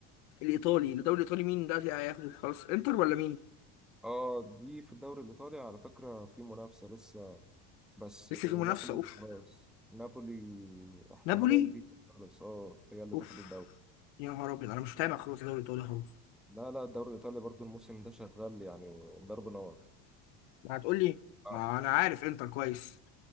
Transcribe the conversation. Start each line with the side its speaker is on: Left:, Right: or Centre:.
Left: الايطالي الدوري الايطالي مين دلوقتي هياخده خلاص انتر ولا مين
Centre: اه دي في الدوري الايطالي على فكره في منافسه لسه بس
Left: لسه
Centre: نابولي
Left: في منافسة اوف
Centre: خلاص نابولي احتماليه
Left: نابولي
Centre: كبيره خلاص اه هي اللي
Left: اوف
Centre: تاخد الدوري
Left: يا نهار ابيض انا مش متابع خلاص الدوري الايطالي خلاص
Centre: لا لا الدوري الإيطالي برضو الموسم ده شغال يعني ضرب نار
Left: ما هتقول لي
Centre: آه.
Left: ما انا عارف انتر كويس